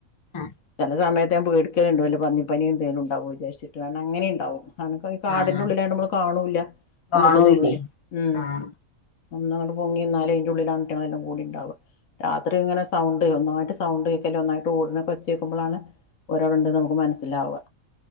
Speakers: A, on the left (about 30°); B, on the left (about 75°).
A: ആഹ്
B: ചില സമയത്ത് ഞാൻ പീടി ക്കെണ്ട് വല്ല പന്നിപനി തേലുംണ്ടാവിച്ചിരിച്ചിട് വേണം അങ്ങനെ ഉണ്ടാവും അങ്ങനെ ഈ കാടിന്റെ
A: ആഹ്
B: ഉള്ളിലായിണ്ട് നമ്മള് കാണൂല്ല
A: കാണൂല്ലേ
B: മുന്നിത്തെ തൊടൂല ഉം
A: ആഹ്
B: ഒന്ന് അങ്ങട്ട് പോങ്ങിന്നാലേ അയിന്റെഉള്ളിലണ് അയിറ്റങ്ങളെല്ലാം കൂടി ഇണ്ടാവ രാത്രി ഇങ്ങനെ സൗണ്ട് ഒന്നായിട്ട് സൗണ്ട് കേൾക്കല്ലേ ഒന്നായിട്ട് ഓടിനൊക്കെച്ചേക്കുമ്പളാണ് ഒരാളിണ്ട്ന്ന് നമുക്ക് മനസ്സിലാവ